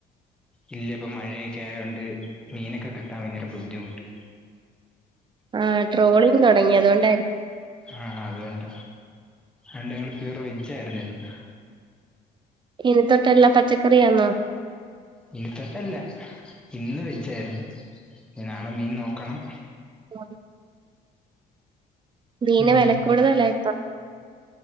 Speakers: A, in the centre; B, on the right.
A: ഇല്ലിപ്പം മഴയൊക്കെ ആയോണ്ട് മീനൊക്കെ കിട്ടാൻ ഭയങ്കര ബുദ്ധിമുട്ട്
B: ആ ട്രോളിങ് തുടങ്ങി അതുകൊണ്ടായിരിക്കും
A: ആ അതുകൊണ്ട അണ്ട് ഞങ്ങള് പ്യുവർ വെജ്ജായിരുന്നു ഇന്ന്
B: ഇനി തൊട്ട് എല്ലാം പച്ചക്കറിയാന്നോ
A: ഇനി തൊട്ടല്ല ഇന്ന് വെജായിര്ന്ന് ഇനി നാളെ മീൻ നോക്കണം
B: ആ മീന്
A: ഉം
B: വെല കൂടുതല ഇപ്പം